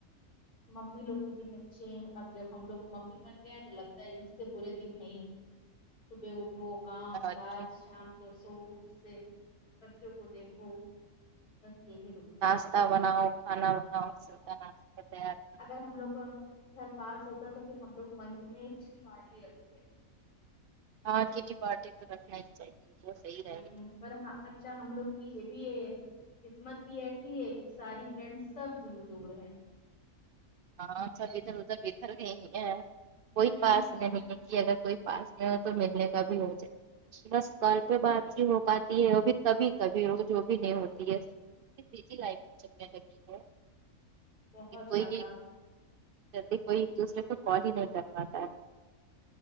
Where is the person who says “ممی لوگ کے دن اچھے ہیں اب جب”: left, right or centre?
Left